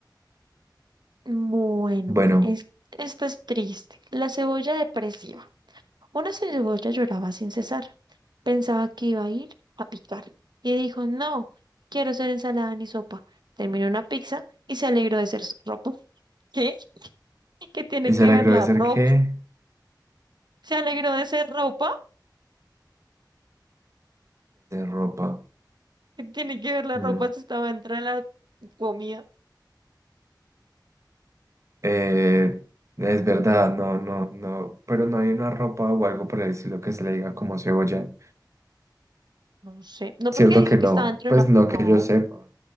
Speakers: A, on the right; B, on the right.
A: Bueno,
B: bueno,
A: es- esto es triste. La cebolla depresiva. Una cebolla lloraba sin cesar. Pensaba que iba a ir a picar. Y dijo, no, quiero ser ensalada ni sopa. Terminó una pizza y se alegró de ser s- ropa. ¿Qué? <laughs> ¿Qué tiene
B: y se
A: que
B: alegró
A: ver la
B: de ser
A: ropa?
B: que
A: ¿Se alegró de ser ropa?
B: ropa
A: ¿Qué tiene que ver la
B: Mm.
A: ropa si estaba dentro de la comida?
B: Eh, es verdad, no, no, no, pero no hay una ropa o algo por el estilo que se le diga como cebolla,
A: No sé. No,
B: cierto
A: porque dijo
B: que
A: que
B: no,
A: estaba dentro de
B: pues
A: una...
B: no
A: No,
B: que yo sepa,